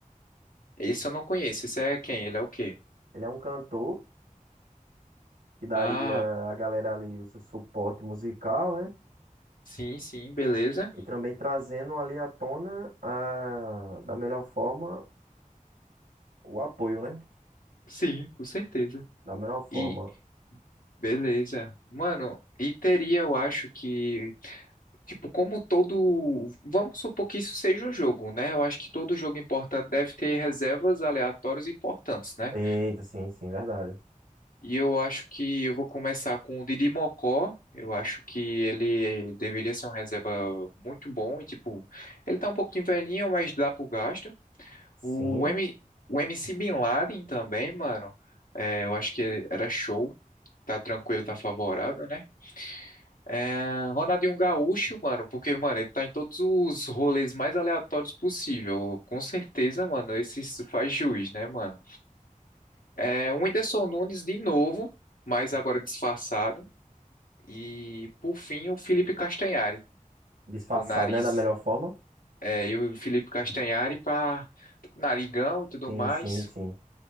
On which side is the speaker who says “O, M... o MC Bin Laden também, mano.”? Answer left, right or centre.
Left